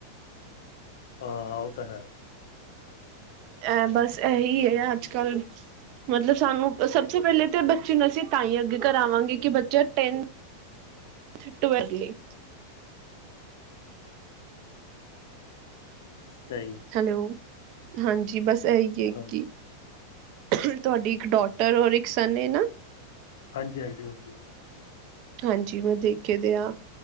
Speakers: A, on the left; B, on the right.
A: ਹਾਂ, ਉਹ ਤਾਂ ਹੈ।
B: ਐ ਬਸ ਇਹੀ ਹੈ, ਅੱਜ-ਕੱਲ੍ਹ ਮਤਲਬ ਸਾਨੂੰ ਸਭ ਤੋਂ ਪਹਿਲੇ ਤੇ ਬੱਚੇ ਨੂੰ ਅਸੀਂ ਤਾਂ ਹੀ ਅੱਗੇ ਕਰਾਵਾਂਗੇ, ਕਿ ਬੱਚਾ ਟੈਨ ਥਿਟ ਵਰਲੇ।
A: ਸਹੀ
B: ਹੈਲੋ, ਹਾਂਜੀ ਬਸ ਇ ਹੀ ਇੱਕ
A: ਹਾਂ-
B: ਹੀ। ਫਿਰ ਤੁਹਾਡੀ ਇੱਕ ਡੋਟਰ ਔਰ ਇੱਕ ਸਨ ਏ ਨਾ
A: ਹਾਂਜੀ- ਹਾਂਜੀ -ਹਾਂਜੀ
B: ਹਾਂਜੀ ਮੈਂ ਦੇਖ ਕੇ ਦੇ ਆ